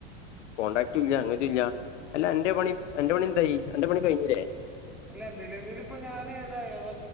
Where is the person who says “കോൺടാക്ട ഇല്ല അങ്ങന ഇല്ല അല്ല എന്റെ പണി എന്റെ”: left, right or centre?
Left